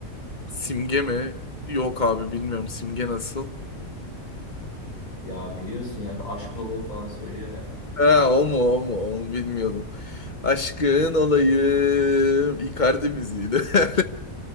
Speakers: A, on the left; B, on the left.
A: Simge mi? Yok abi bilmiyorum. Simge nasıl?
B: Ya biliyorsun ya şu aşkın olayı falan söylüyor ya.
A: Ha, o mu o mu onu bilmiyordum. Aşkın olayım. Icardi müziğiydi. <laughs>